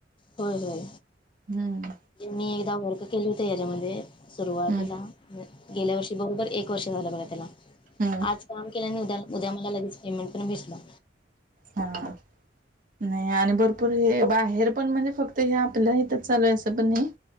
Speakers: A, on the left; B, on the right.
A: होय होय,
B: हम्म
A: मी एकदा वर्क केले होते हच्यामधेऽ सुरुवातीला,
B: हम्म
A: गेल्या वर्षी, बरोबर एक वर्ष झालं बघा त्याला
B: हम्म
A: आज काम केल्याने उद्या उद्या मला लगेच पेमेंट पण भेटला
B: हां, नाही, आणि भरपूर हे बाहेर पण म्हणजे फक्त हे आपल्या इथच चालूय आसं पण नाहीऽ